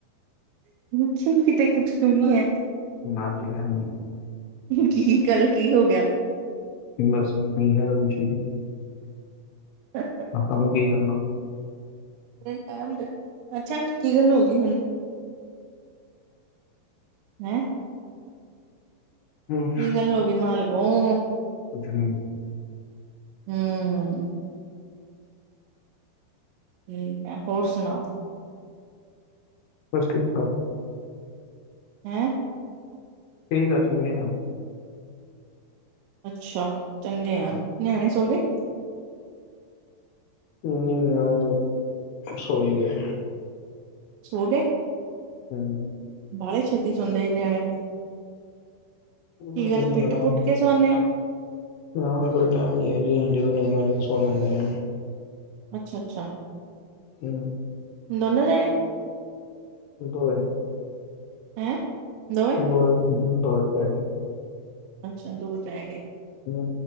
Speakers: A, on the right; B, on the left.
A: ਵੇਖੀਂ ਕਿਤੇ ਕੁਛ ਕਿਉਂ ਨੀ ਹੈ।
B: ਮਾਨਜੀ‌ ਹੈਨਾ ਜੀ।
A: ਕੀ ਕੱਲ ਕੀ ਹੋ ਗਿਆ?
B: ਬਸ ਈਹਾ ਓ ਜੀ।
A: ਅੱਛਾ।
B: ਅ ਸਾਨੂੰ ਕੀ ਕਰਨਾ?
A: <unintelligible> ਅੱਛਾ, ਕੀ ਗੱਲ ਹੋ ਗਈ ਹੁਣ? ਹੈਂ।
B: ਹਮ,
A: ਕੀ ਗੱਲ ਹੋਗੀ ਮਾਲਕੋ?
B: ਕੁੱਛ ਨੀ।
A: ਹੂੰ। ਠੀਕ ਐ। ਹੋਰ ਸੁਣਾਓ।
B: ਬਸ ਕਿਰਪਾ।
A: ਹੈਂ।
B: ਠੀਕ ਆ, ਚੰਗੇ ਆ।
A: ਅੱਛਾ ਚੰਗੇ ਆ।
B: ਹਮ,
A: ਨਿਆਣੇ ਸੋ ਗਏ?
B: ਨੀ ਯਾਰ, ਸੋਈ ਗੇ।
A: ਸੋਗੇ।
B: ਹੂੰ।
A: ਬਾਹਲੇ ਛੇਤੀ ਸੋਦੇ ਨਿਆਣੇ।
B: ਨਿਆਣਿਆਂ
A: ਕੀ ਗੱਲ ਪਿੱਟ-ਪੁੱਟ ਕੇ ਸੁਵਾਂਦੇ ਹੋ।
B: ਇਨਾ ਦਾ ਕੋਈ ਟਾਈਮ ਨੀ ਜੀ। ਜਦੋਂ ਨੀਂਦ ਆ ਜਾਏ ਸੋ ਜਾਂਦੇ ਆ।
A: ਅੱਛਾ-ਅੱਛਾ।
B: ਹੂੰ।
A: ਦੋਨੋ ਜਾਣੇ।
B: ਦੋਏ।
A: ਹੈਂ। ਦੋ
B: ਹੋਰ ਉਹਨੂੰ ਦੋਏ ਪੈਂ ਗੇ।
A: ਅੱਛਾ, ਦੋ ਰਹਿ ਗਏ।
B: ਹੂੰ।